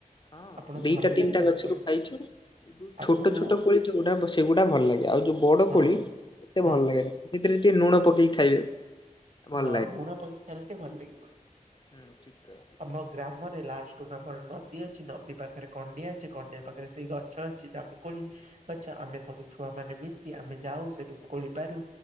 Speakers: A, on the left; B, on the right.
A: ହଁ
B: ଆପଣଙ୍କୁ
A: ଦିଟା
B: ଭଲ
A: ତିନିଟା
B: ଲାଗେ ଜାମୁକୋଳି?
A: ଗଛରୁ ଖାଇଛୁ। ଯୋଉ ଛୋଟ
B: ଆଗରୁ
A: ଛୋଟ କୋଳି ଯୋଉଗୁଡା ସେଗୁଡା ଭଲ ଲାଗେ। ଆଉ ଯୋଉ ବଡ
B: ହଁ
A: କୋଳି ମତେ
B: ହଁ
A: ଭଲ ଲାଗେନା। ସେଥିରେ ଟିକେ ଲୁଣ ପକେଇକି ଖାଇବେ। ଭଲ
B: ହଁ ଲୁଣ ପକେଇକି ଖାଇଲେ ଟିକେ ଭଲ ଲାଗିବ।
A: ହଁ ଠିକ୍ କ
B: ଆମ ଗ୍ରାମରେ ଲାଷ୍ଟକୁ ଆମର ନଦୀ ଅଛି। ନଦୀ ପାଖରେ କଣ୍ଡିଆ ଅଛି। କଣ୍ଡିଆ ପାଖରେ ସେଇ ଗଛ ଅଛି। ଜାମୁକୋଳି ଗଛ ଆମେ ସବୁ ଛୁଆ ମାନେ ମିଶି ଆମେ ଯାଉ ସେଠୁ ଖୋଳି ପାରୁ।